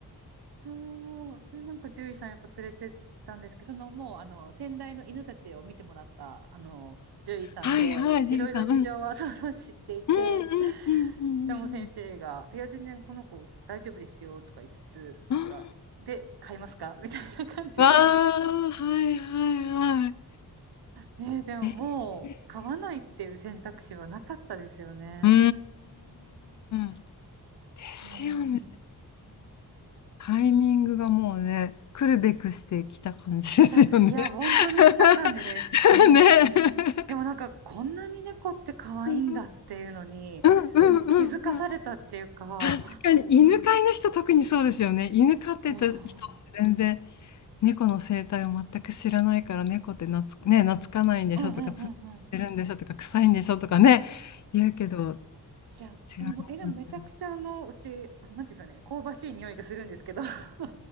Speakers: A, on the right; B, on the left.
A: そう。で、なんか獣医さんやっぱ連れてったんですけど、そのもうあの先代の犬たちを見てもらったあの獣医さんで、
B: はいはい、ジュリさん。
A: いろいろ事情は
B: うん。
A: <laughs> そうそう知っていて、
B: うんうんうんうん
A: でも先生が、いや、全然この子大丈夫ですよとか言いつつ、なんか、
B: うんうん。
A: で、買いますかみたいな感じで。
B: あ
A: <laughs>
B: あ、わー、はいはいはい。
A: ねえ、でももう買わないっていう選択肢はなかったですよね。
B: えーうーん。ですよね。
A: うん。
B: タイミングがもうね、来るべくしてきた感じですよね。
A: 来た、いや、本当に来た感じです。
B: <laughs>
A: もう
B: ね。
A: でもなんかこんなに猫って可愛いんだっていうのに、
B: うんうんうんうん。
A: もう気づかされたっていうか、
B: 確かに犬飼いの人特にそうですよね。犬飼ってた人っ
A: も
B: て全然猫の生態を全く知らないから猫ってなつ、ね、懐かないんでしょとかつってるんでしょとか臭いんでしょとかね言うけど
A: う、うんうんうんうん。いや、
B: 違いますよね。
A: え、もう、え、でもめちゃくちゃあの、うち、あなんていうんでしょうね、香ばしい匂いがするんですけど、<laughs>